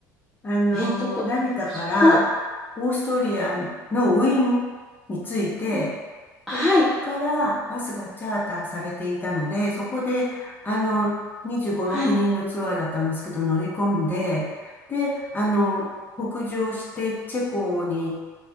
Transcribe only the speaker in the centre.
え、どこ
ポ、うはい、
はい。